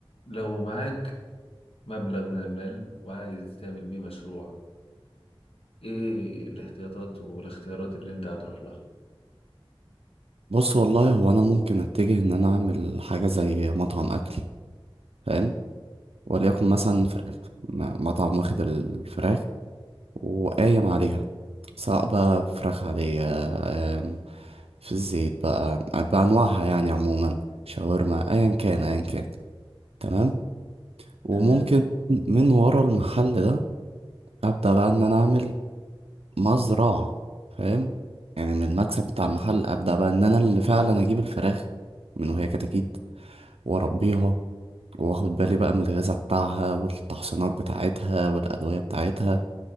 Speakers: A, on the left; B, on the right.
A: لو معاك مبلغ من المال وعايز تعمل بيه مشروع ايه الاحتياطات والاختيارات اللي انت هتروح لها
B: بص والله هو انا ممكن اتجه ان انا اعمل حاجه زي مطعم اكل فاهم وليكن
A: آه،
B: مثلا فراخ م- مطعم واخد الفراخ وقايم عليها سواء بقى فراخ عاديه آم، في الزيت بقى بانواعها يعني عموما شاورما ايا كان ايا كان تمام وممكن
A: تمام
B: من ورا المحل ده ابدا بقى ان انا اعمل مزرعه فاهم يعني من المكسب بتاع المحل ابدا بقى ان انا اللي فعلا اجيب الفراخ من وهي كتاكيت واربيها واخد بالي بقى من الغذاء بتاعها والتحصينات بتاعتها والادويه بتاعتها